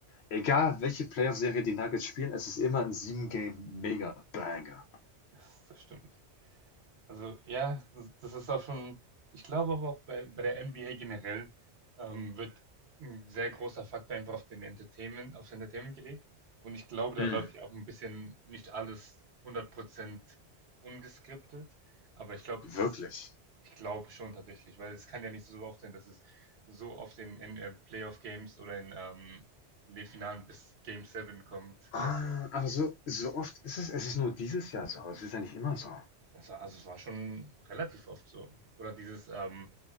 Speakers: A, on the left (about 70°); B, on the right (about 65°).
A: Egal, welche Playoff-Serie die Nuggets spielen, es ist immer ein 7-Game-Mega-Banger.
B: das, das stimmt. Also ja, das das ist auch schon, ich glaube aber auch bei, bei der NBA generell ähm, wird ein sehr großer Faktor einfach auf den Entertainment, aufs Entertainment gelegt. Und ich glaube, da
A: Mm,
B: läuft ja auch ein bisschen nicht alles hundert Prozent ungeskriptet. Aber ich glaube,
A: wirklich.
B: das, ich glaube schon tatsächlich, weil es kann ja nicht so oft sein, dass es so oft in, in äh, Playoff-Games oder in, ähm, in den Finalen bis Game 7 kommt,
A: Ah,
B: weißt du?
A: aber so, so oft ist es, es ist nur dieses Jahr so, es ist ja nicht immer so.
B: Also, also es war schon relativ oft so. Oder dieses, ähm,